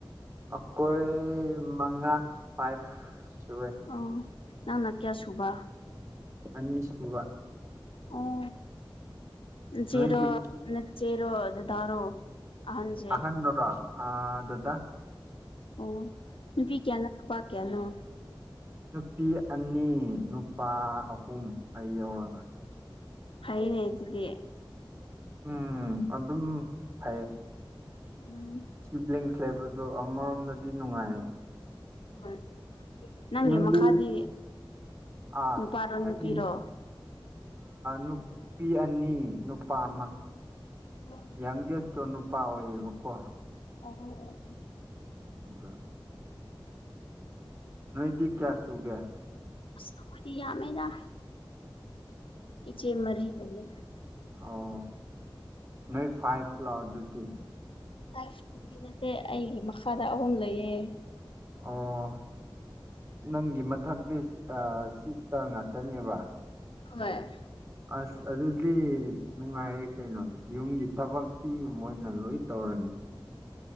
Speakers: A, on the right (about 30°); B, on the left (about 85°).
A: ꯑꯩꯈꯣꯏ ꯃꯉꯥ ꯐꯥꯏꯚ ꯁꯨꯋꯦ
B: ꯑ ꯅꯪꯅ ꯀꯌꯥ ꯁꯨꯕ
A: ꯑꯅꯤꯁꯨꯕ
B: ꯑꯣ ꯅꯆꯦꯔꯣ
A: ꯅꯣꯏꯗꯤ
B: ꯅꯆꯦꯔꯣ ꯗꯗꯥꯔꯣ ꯑꯍꯟꯁꯦ
A: ꯑꯍꯟꯗꯨꯔꯣ ꯑ ꯗꯥꯗꯥ
B: ꯑꯣ ꯅꯨꯄꯤ ꯀꯌꯥꯅꯣ ꯅꯨꯄꯥꯥ ꯀꯌꯥꯅꯣ
A: ꯅꯨꯄꯤ ꯑꯅꯤ ꯅꯨꯄꯥ ꯑꯍꯨꯝ ꯑꯩ ꯌꯥꯎꯔꯒ
B: ꯐꯩꯅꯦ ꯑꯗꯨꯗꯤ
A: ꯎꯝ ꯑꯗꯨꯝ ꯐꯩꯌꯦ
B: ꯎꯝ
A: ꯁꯤꯕꯤꯂꯡꯁ ꯂꯩꯕꯔꯗꯣ ꯑꯃꯔꯣꯝꯗꯗꯤ ꯅꯨꯡꯉꯥꯏꯌꯦ
B: <unintelligible> ꯅꯪꯒꯤ
A: ꯅꯪꯗꯤ
B: ꯃꯈꯥꯗꯤ
A: ꯑꯥ
B: ꯅꯨꯄꯥꯔꯣ
A: ꯑꯩꯗꯤ
B: ꯅꯨꯄꯤꯔꯣ
A: ꯅꯨꯄꯤ ꯑꯅꯤ ꯅꯨꯄꯥ ꯑꯃ
B: <unintelligible>
A: ꯌꯥꯪꯒꯦꯁꯇꯣ ꯅꯨꯄꯥ ꯑꯣꯏꯌꯦꯕꯀꯣ
B: <unintelligible>
A: ꯑꯗ ꯅꯣꯏꯗꯤ ꯀꯌꯥ ꯁꯨꯒꯦ
B: ꯑꯁ ꯑꯩꯈꯣꯏꯗꯤ ꯌꯥꯝꯃꯦꯗ ꯏꯆꯦ ꯃꯔꯤ ꯂꯩꯌꯦ
A: ꯑꯣ ꯅꯣꯏ ꯐꯥꯏꯚ ꯂꯣ ꯑꯗꯨꯗꯤ
B: ꯐꯥꯏꯐꯇꯤꯗꯤ ꯅꯠꯇꯦ ꯑꯩꯒꯤ ꯃꯈꯥꯗ ꯑꯍꯨꯝ ꯂꯩꯌꯦ
A: ꯑꯣ ꯅꯪꯒꯤ ꯃꯊꯛꯇꯤ ꯁꯤꯁꯇꯔ ꯉꯥꯛꯇꯅꯦꯕ
B: ꯍꯣꯏ
A: ꯑꯁ ꯑꯗꯨꯗꯤ ꯅꯨꯡꯉꯥꯏꯔꯦ ꯀꯩꯅꯣ ꯌꯨꯝꯒꯤ ꯊꯕꯛ ꯁꯤ ꯃꯣꯏꯅ ꯂꯣꯏ ꯇꯧꯔꯅꯤ